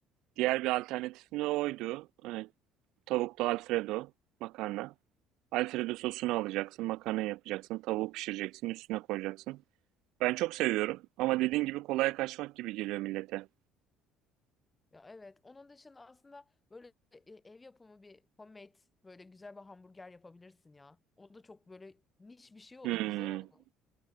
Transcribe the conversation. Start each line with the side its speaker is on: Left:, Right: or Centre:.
Right: diğer bir alternatifim de oydu. Evet, tavuklu Alfredo makarna. Alfredo sosunu alacaksın, makarna yapacaksın, tavuğu pişireceksin, üstüne koyacaksın. Ben çok seviyorum ama dediğin gibi kolaya kaçmak gibi geliyor millete.
Left: Ya evet. Onun dışında aslında böyle e, ev yapımı bir homemade böyle güzel bir hamburger yapabilirsin ya. O da çok böyle niş bir şey olur,
Right: Hmm.
Left: güzel olur.